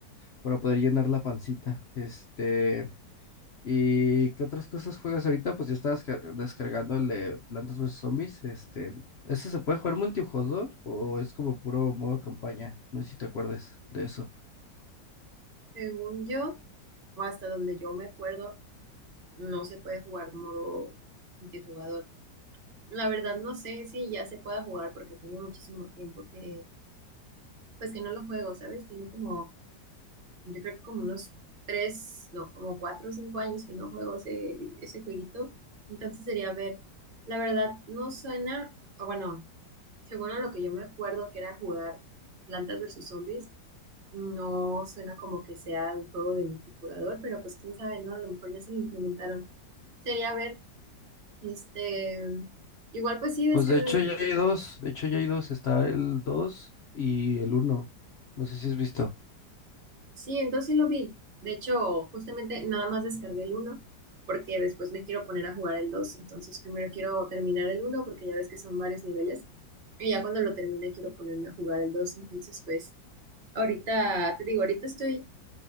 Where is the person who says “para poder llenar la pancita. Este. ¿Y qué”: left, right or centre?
Left